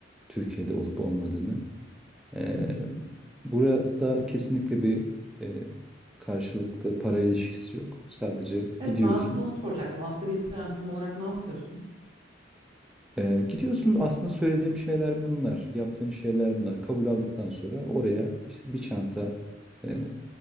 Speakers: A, in the centre; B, on the right.
A: Türkiye'de olup olmadığını. Ee,
B: Hı hı.
A: burası da kesinlikle bir e, karşılıklı para ilişkisi yok. Sadece
B: Evet
A: gidiyorsun.
B: ben de onu soracaktım. Aslında gidip yani tam olarak ne yapıyorsun?
A: Ee, gidiyorsun aslında söylediğim şeyler bunlar. Yaptığın şeyler bunlar. Kabul aldıktan sonra oraya işte bir çanta e,